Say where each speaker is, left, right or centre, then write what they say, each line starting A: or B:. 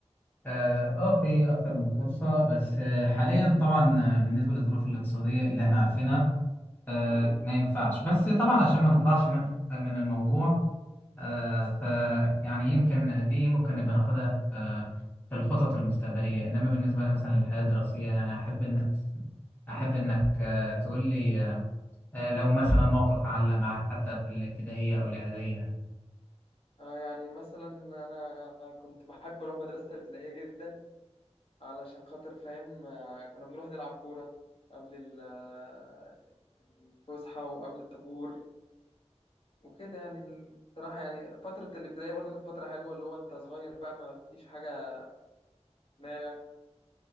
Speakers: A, on the left; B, on the left.
A: اه آه، في اكتر من فرصه بس آه، حاليا طبعا آه، بالنسبه للظروف الاقتصاديه اللي احنا عارفينها آه،
B: اه
A: ما ينفعش بس طبعا عشان ما نطلعش من من الموضوع آه، ف يعني يمكن دي ممكن نبقى ناخدها في في الخطط المستقبليه انما بالنسبه مثلا للحياه الدراسيه يعني احب انك احب انك آه، تقول لي آه، آه، لو مثلا موقف علق معك حتى في الابتدائيه او الاعداديه
B: آه، يعني مثلا أنا كنت بحب أروح مدرسة الابتدائية جدا علشان خاطر فاهم آه، كنا بنروح نلعب كورة قبل ال- آه، الفسحة وقبل الطابور وكده يعني ال- بصراحة يعني فترة الابتدائية برضو كانت فترة حلوة اللي هو أنت صغير بقى ما فيش حاجة في دماغك